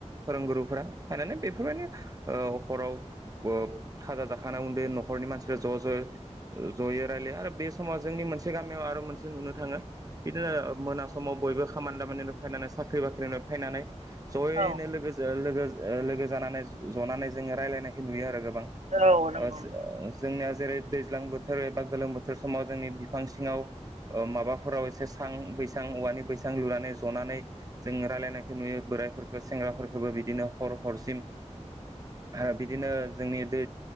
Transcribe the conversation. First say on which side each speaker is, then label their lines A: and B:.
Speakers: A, on the right (about 30°); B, on the right (about 70°).
A: फोरोंगुरुफोरा फायनानै बेफोरबायदि हराव व खाजा जाखांनाने उन्दै न'खरनि मानसिफ्रा ज' ज' जये'रायलाया आरो बे समाव जोंनि मोनसे गामियाव आरो मोनसे नुनो थाङो बिदिनो मोना समाव बयबो खामानि दामानि फैनानै साख्रि बाख्रिनो फैनानै जयैनो
B: औ
A: लोगो ओ लोगो लोगो जानानै जनानै जोङो राय्लायनायखौ नुयो आरो गोबां
B: औ नंगौ
A: ओ जो
B: औ
A: जोंनिया जेरै दैज्लां बोथोर एबा गोलोम बोथोर समाव जोंनि बिफां सिङाव माबाफोराव एसे सां बैसां औवानि बैसां लुनानै जनानै जों रायलायनायखौ नुयो बोराइफोरखौ सेंग्राफोरखौबो बिदिनो हर हरसिम ओ बिदिनो जोंनि दै